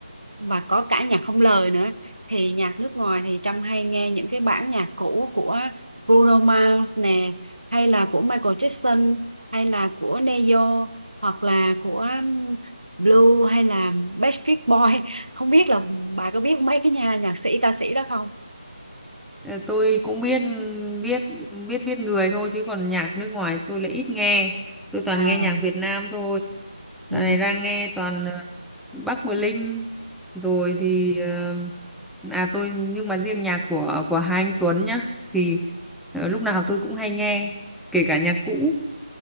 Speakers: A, on the right (about 80°); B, in the centre.
A: và có cả nhạc không lời nữa thì nhạc nước ngoài thì Trâm hay nghe những cái bản nhạc cũ của Bruno Mars nè hay là của Michael Jackson hay là của Neo hoặc là của um, Blue hay là Backstreet Boy <laughs> không biết là bà có biết mấy cái nhà nhạc sĩ ca sĩ đó không
B: Ờ, Tôi cũng biết biết biết biết người thôi chứ còn nhạc nước ngoài tôi lại ít nghe. Tôi toàn
A: À,
B: nghe nhạc Việt Nam thôi.
A: ừ.
B: Dạo này đang nghe toàn ờ, Bắc Bờ Linh rồi thì ờ, à tôi nhưng mà riêng nhạc của của hai anh Tuấn nhá thì ờ, lúc nào tôi cũng hay nghe kể cả nhạc cũ.